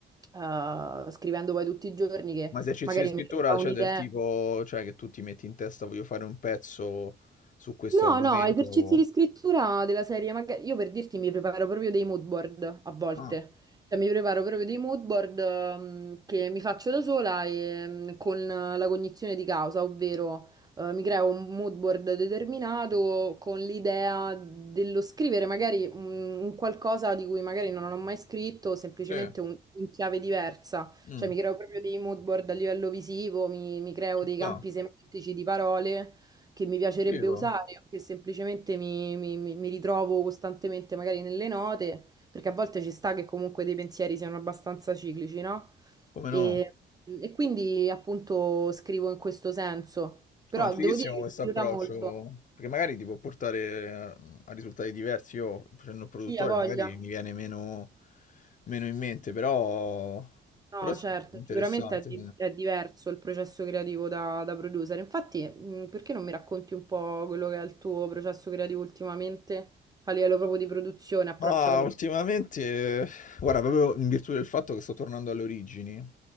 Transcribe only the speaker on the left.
Ma esercizi
di scrittura,
cioè del tipo, cioè che tu ti metti in testa voglio fare un pezzo su questo
argomento.
Ah,
sì.
Mm,
ci
sta.
Vivo.
Come
no?
No, è fighissimo
questo
approccio,
perché magari ti può portare a, a risultati diversi. Io facendo il produttore
magari mi viene meno, meno in mente, però,
però sì,
è interessante.
Ma
ultimamente,
eh, guarda, proprio in virtù del fatto che sto tornando alle origini,